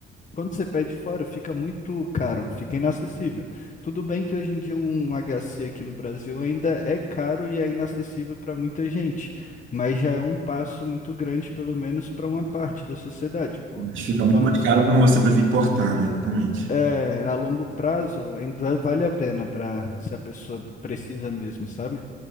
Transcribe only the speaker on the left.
quando você pede fora, fica muito caro, fica inacessível. Tudo bem que hoje em dia um HC aqui no Brasil ainda é caro e é inacessível para muita gente, mas já é um passo muito grande, pelo menos para uma parte da sociedade, pô.
Falando
é, a longo prazo ainda vale a pena para se a pessoa precisa mesmo, sabe?